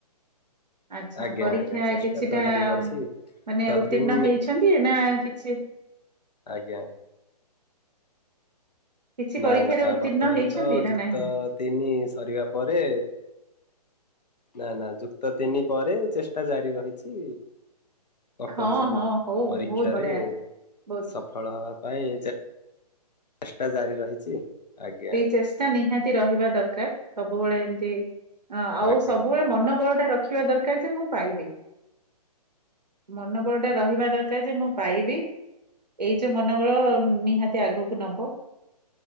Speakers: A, on the right; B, on the left.
A: ଆଛା
B: ଆଜ୍ଞା
A: ପରୀକ୍ଷା
B: ଆଜ୍ଞା ଚେଷ୍ଟା
A: କିଛିଟା
B: ତ ଜାରି ରହିଛି
A: ମାନେ
B: ପ୍ରତିଦିନ
A: ଉତ୍ତୀର୍ଣ୍ଣ ହେଇଛନ୍ତି ନା <unintelligible> ସେ
B: ଆଜ୍ଞାା।
A: କିଛି ପରୀକ୍ଷାରେ
B: ନା ନା
A: ଉତ୍ତୀର୍ଣ୍ଣ
B: ବର୍ତ୍ତମାନ
A: ହେଇଛନ୍ତି
B: ତ
A: ନା
B: ଯୁକ୍ତ
A: ନାହିଁ?
B: ତିନି ସରିବା ପରେ ନା ନା ଯୁକ୍ତ ତିନି ପରେ ଚେଷ୍ଟା ଜାରି ରହିଛି। ପକଉଛୁ
A: ହଁ ହଁ ହଉ
B: ପରୀକ୍ଷାରେ
A: ବହୁତ ବଢିଆ ବହୁତ
B: ସଫଳ ହବା ପାଇଁ ଚେଷ୍ଟା ଜାରି ରହିଛି। ଆଜ୍ଞା
A: ସେଇ
B: ଆଜ୍ଞା
A: ଚେଷ୍ଟା ନିହାତି ରହିବା ଦରକାର ସବୁବେଳେ ଏମତି ଆଉ
B: ଆଜ୍ଞା
A: ସବୁବେଳେ ମନବଳ ଟା ରଖିବା ଦରକାର ଯେ ମୁଁ ପାଇବି ମନ ବଳ ଟା ରହିବା ଦରକାର ଯେ ମୁଁ ପାଇବି ଏଇ ଯୋଉ ମନବଳ ନିହାତି ଆଗକୁ ନବ।